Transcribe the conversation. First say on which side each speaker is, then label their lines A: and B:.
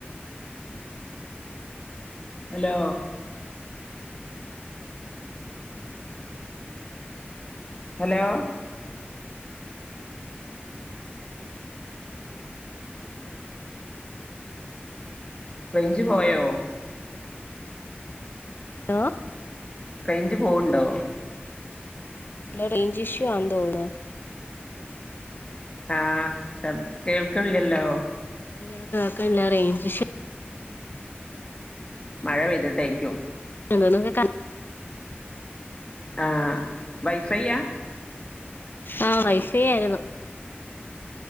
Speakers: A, on the left; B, on the left.
A: ഹലോ. ഹലോ. റേഞ്ച് പോയോ?
B: ഹലോ
A: റേഞ്ച് പോവണ്ടോ
B: ഇല്ല റേഞ്ച് ഇഷ്യൂ ആന്ന് തോന്നുന്നു
A: ആഹ് കേൾക്കണില്ലല്ലോ
B: ഇല്ല കേക്കാൻല്ല റേഞ്ച്
A: മഴ പെയ്തിട്ടായിരിക്കും
B: അന്തോ നങ്ങക്ക് ക
A: ആഹ് വൈഫൈയാ
B: ആ വൈഫേ ആയിരുന്നു